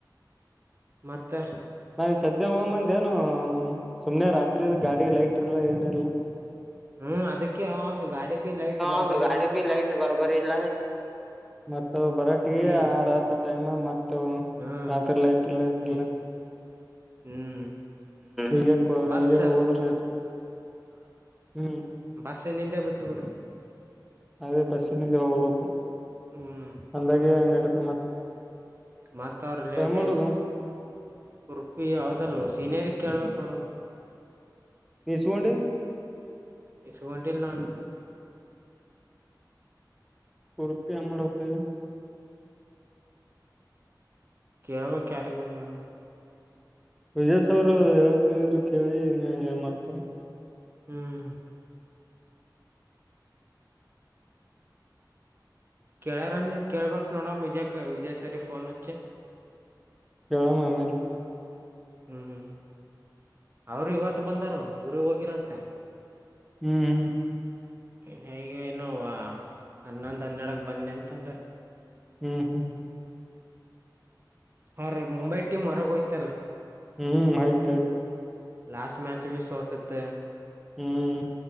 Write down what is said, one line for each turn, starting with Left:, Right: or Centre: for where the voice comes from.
Right: ಮತ್ತ
Centre: ನಾ ಸದ್ಯ ಹೋಗ ಮಂದ ಏನು ಸುಮ್ನೆ ರಾತ್ರಿ ಗಾಡಿ ಲೈಟ್ ಇರ್ಲ್ಲ ಏನಿರ್ಲ.
Right: ಹ್ಮ್ ಅದಕ್ಕೆ ಒಂದ್ ಗಾಡಿ ಬಿ ಲೈಟ್ ಬರ್ಬರಿಲ್ಲ
Centre: ಒಂದು ಗಾಡಿ ಬಿ ಲೈಟ್ ಬರ್ಬರಿ ಇಲ್ಲ. ಮತ್ತ ಬರಾಟ್ಟಿಗೆ
Right: ನೀವ್
Centre: ಆರಾತ್ ಟೈಮ್ ಮತ್
Right: ಹ್ಮ್
Centre: ರಾತ್ರಿ ಲೈಟ್ ಇರಲ್ಲ ಏನಿಲ್ಲ
Right: ನೀ ಹ್ಮ್
Centre: ಈಗ
Right: ಬಸ್
Centre: ಈಗ ಹೋದ್ರ ಹ್ಮ್
Right: ಬಸ ನಿಂದಾ ಬಿಟಬಿಟುರ್
Centre: ಆದೇ ಬಸ್ಸಿನಿಂದೆ ಹೋಗಡಕು
Right: ಹ್ಮ್
Centre: ಅಂದಾಗೆ ನಡತ ಮತ್ತ
Right: ಮತ್ತ ಅವರು ಲೇಟ್
Centre: ಮಾಡೋದು
Right: ಯತ್ ಉರ್ಪಿ ಯಾವದಲ್ ಸೀನಿಯರಿಗೆ ಕೇಳ್ಬೇಕ ಹಡಮ
Centre: ಇಸ್ಕೊಂಡಿ
Right: ಇಸಕೊಂಡಿಲ್ಲ ನಾನು
Centre: ಕುರ್ತ ಹೆಂಗ್ ಮಾಡ್ಬೇಕ್ ಈಗ
Right: ಕೇಳುವ ಕ್ಯಾರಿಗನ ನೋಡ
Centre: ವಿಜಯ್ ಸರ್ ಹೇಳ್ತೇನೆ ಅಂದಿದರ ಕೇಳಿ ಇನ್ನು ಏನ್ ಮಾಡ್ತಾರೆ
Right: ಹ್ಮ್ ಕೇಳ್ಯಾರ ನೀ ಕೇಳ್ಬೇಕ ನೋಡಮ ವಿಜಯ ವಿಜಯ್ ಸರ್ ಫೋನ್ ಹಚ್ಚಿ.
Centre: ಹೇಳಮ್ ಆಮಲೆ
Right: ಹ್ಮ್ ಹ್ಮ್ ಅವರು ಇವತ್ತು ಬಂದಾರ ಊರಿಗೆ ಹೋಗಿರಂತ
Centre: ಹ್ಮ್ ಹ್ಮ್
Right: ಈಗ ಇನು ಏನ ಹನ್ನೊಂದ್ ಹನ್ನೆಡಕ್ ಬಂದಿ ಅಂತ ಅಂದಾರ
Centre: ಹ್ಮ್ ಹ್ಮ್
Right: ಅವರ ಮುಂಬೈ
Centre: ಹ್ಮ್
Right: ಟಿಮ ಹೊರಗ ಹೋಯಿತಲ್ಲ
Centre: ಹ್ಮ್ ಆಯ್ತು ಆಯ್ತು
Right: ಲಾಸ್ಟ್ ಮ್ಯಾಚ ಬಿ ಸೋತತ
Centre: ಹ್ಮ್